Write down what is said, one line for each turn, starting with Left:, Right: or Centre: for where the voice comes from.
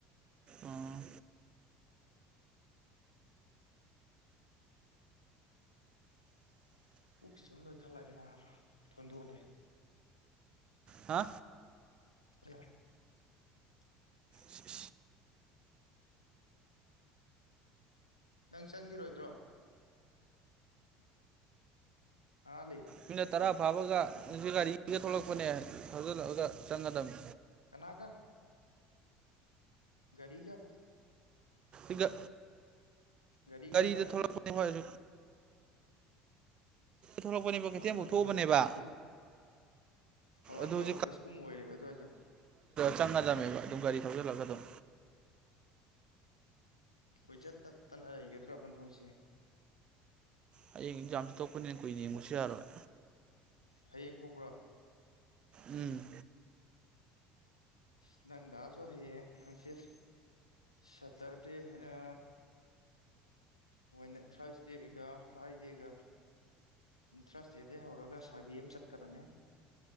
Right: ꯑꯣ
Left: ꯄꯨꯛꯁꯤ ꯁꯨꯝ ꯅꫭꯏꯈꯠꯂꯛꯑꯦ ꯅꯥꯕꯥ ꯊꯣꯟꯗꯣꯜꯂꯦ
Right: ꯍꯥ
Left: ꯑ <inaudible>
Right: ꯏꯁ
Left: ꯅꯪ ꯆꯪꯈꯤꯔꯣꯏꯗ꯭ꯔꯣ ꯍꯥ ꯂꯤ
Right: ꯃꯤꯅꯠ ꯇꯔꯥ ꯐꯥꯕꯒꯁꯤ ꯒꯥꯔꯤꯒ ꯊꯣꯛꯂꯛꯄꯅꯦ ꯊꯧꯖꯤꯜꯂꯛꯑꯒ ꯆꯪꯉ ꯗꯝꯅꯤ
Left: ꯀꯅꯥ ꯒ ꯒꯔꯤ ꯒ
Right: ꯏꯒ
Left: ꯒꯥꯔꯤꯒ
Right: ꯒꯥꯔꯤꯗ
Left: ꯍꯥꯏꯔꯣ
Right: ꯊꯣꯛꯂꯛꯄꯅꯦ <unintelligible> ꯁꯨ ꯊꯣꯛꯂꯛꯄꯅꯦꯕ
Left: ꯑꯣ
Right: ꯀꯩꯊꯦꯜꯐꯥꯎ
Left: ꯑꯗꯨꯒ ꯅꯣꯏ
Right: ꯊꯣꯛꯑꯕꯅꯦꯕ
Left: ꯑꯣꯐꯤꯁ ꯀꯨꯝ ꯑꯣ
Right: ꯑꯗꯨ
Left: ꯅꯣꯏ
Right: ꯍꯧꯖꯤꯛ
Left: ꯑꯣꯐꯤꯁꯀꯨꯝ ꯑꯣꯏꯔꯦꯕ ꯑꯗꯨꯋꯥꯏꯗꯣ
Right: ꯆꯪꯉꯗꯝꯅꯦꯕ ꯑꯗꯨꯝ ꯒꯥꯔꯤ ꯊꯥꯎꯖꯜ ꯂꯒ ꯑꯗꯨꯝ
Left: ꯀꯣꯏꯆꯠ ꯇꯠ ꯇꯅ ꯂꯩꯒꯗ꯭ꯔꯕ ꯅꯣꯏꯁꯦ
Right: ꯍꯌꯦꯡ ꯑꯦꯛꯖꯥꯝꯁꯨ ꯊꯣꯛꯣꯛꯄꯅꯤꯅ ꯀꯨꯏꯅ ꯌꯦꯡꯕꯁꯨ ꯌꯥꯔꯣꯏ
Left: ꯍꯌꯦꯡ ꯊꫭꯛꯕ꯭ꯔꯣ
Right: ꯎꯝ
Left: ꯁ ꯅꯪ ꯗꯥꯁꯨ ꯍꯌꯦꯡ ꯍꯪꯆꯤꯠ ꯁꯇꯔꯗꯦꯅ ꯍꫭꯏꯅ ꯊ꯭ꯔꯁꯗꯦꯒ ꯐ꯭ꯔꯥꯏꯗꯦꯒ ꯊ꯭ꯔꯁꯗꯦꯗꯩ ꯍꯧꯔꯒ ꯁꯥꯔꯚꯦ ꯑꯃ ꯆꯠꯀꯗꯝꯅꯤ